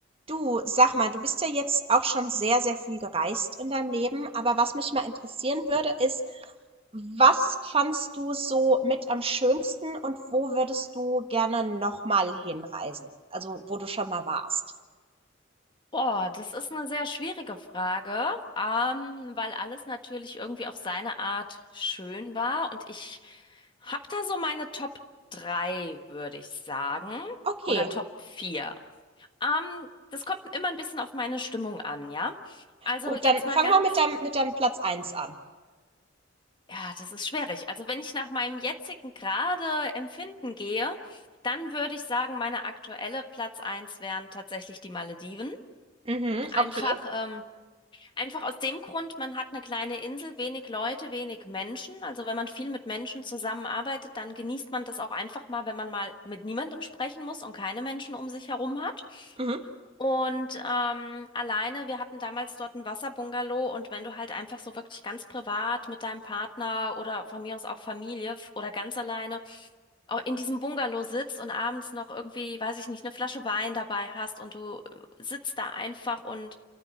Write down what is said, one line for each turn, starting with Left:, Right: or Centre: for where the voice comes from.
Right: Du, sag mal, du bist ja jetzt auch schon sehr, sehr viel gereist in deinem Leben, aber was mich mal interessieren würde, ist, was fandst du so mit am schönsten und wo würdest du gerne nochmal hinreisen? Also, wo du schon mal warst.
Left: Oh, das ist eine sehr schwierige Frage, ähm, weil alles natürlich irgendwie auf seine Art schön war und ich hab da so meine Top 3, würde ich sagen,
Right: Okay,
Left: oder Top 4. Ähm, das kommt immer ein bisschen auf meine Stimmung an, ja? Also
Right: gut,
Left: jetzt
Right: dann
Left: mal
Right: fang
Left: ganz,
Right: mal mit deinem, mit deinem Platz eins an.
Left: ja, das ist schwierig. Also wenn ich nach meinem jetzigen gerade Empfinden gehe, dann würde ich sagen, meine aktuelle Platz eins wären tatsächlich die Malediven.
Right: Mhm,
Left: Einfach,
Right: okay.
Left: ähm, Einfach aus dem Grund, man hat eine kleine Insel, wenig Leute, wenig Menschen. Also wenn man viel mit Menschen zusammenarbeitet, dann genießt man das auch einfach mal, wenn man mal mit niemandem sprechen muss und keine Menschen um sich herum hat.
Right: Mhm.
Left: Und ähm, alleine, wir hatten damals dort ein Wasserbungalow und wenn du halt einfach so wirklich ganz privat mit deinem Partner oder von mir aus auch Familie f- oder ganz alleine au- in diesem Bungalow sitzt und abends noch irgendwie, weiß ich nicht, eine Flasche Wein dabei hast und du äh, sitzt da einfach und